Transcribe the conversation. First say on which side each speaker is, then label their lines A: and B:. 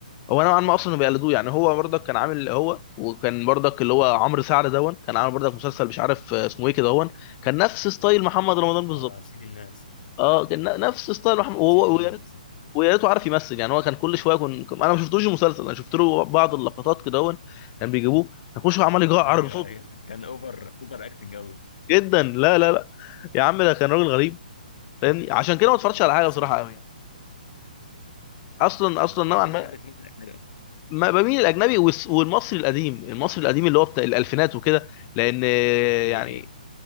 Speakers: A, on the left (about 25°); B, on the left (about 65°).
A: هو نوعا ما اصلا بيقلدوه يعني هو برضك كان عامل هو وكان برضك اللي هو عمرو سعد دون كان عامل برضك مسلسل مش عارف آه، اسمه ايه كده هون كان نفس ستايل محمد رمضان بالظبط
B: اه سيد الناس
A: اه كان ن- نفس ستايل محمد وهو
B: سيد الناس
A: ويا ريت
B: بالظبط
A: ويا ريته عارف يمثل يعني هو كان كل شويه كن... كن- انا ما شفتوش المسلسل انا شفت له بعض اللقطات كده هون كان بيجيبوه كان كل شويه عمال يجعر
B: ايوه
A: بصوته
B: ايوه كان اوفر اوفر اكتنج قوي
A: جدا لا لا لا يا عم ده كان راجل غريب فاهمني عشان كده ما اتفرجتش على حاجه
B: بصراحه
A: بصراحه قوي يعني اصلا اصلا
B: يعني
A: نوعا
B: انت
A: ما
B: بتحب تميل للاجنبي أكتر.
A: ما بميل الاجنبي والس- والمصري القديم المصري القديم اللي هو بتاع الالفينات وكده لان
B: زي
A: يعني
B: ايه